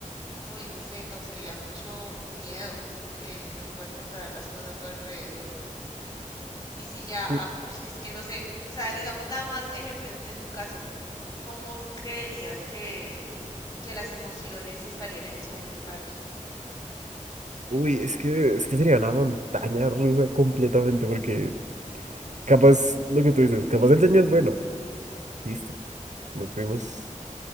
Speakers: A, on the left; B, on the right.
A: uy, no sé, causaría mucho miedo eh, no poder controlar las cosas a tu alrededor. Y si ya,
B: Eh,
A: uy, es que no sé, o sea, digamos nada más, ejemplo, en, en tu caso, ¿tú cómo creerías que, que las emociones estarían en ese momento para ti?
B: Uy, es que, es que sería una montaña rusa completamente, porque capaz, lo que tú dices, capaz el sueño es bueno, listo, nos fuimos,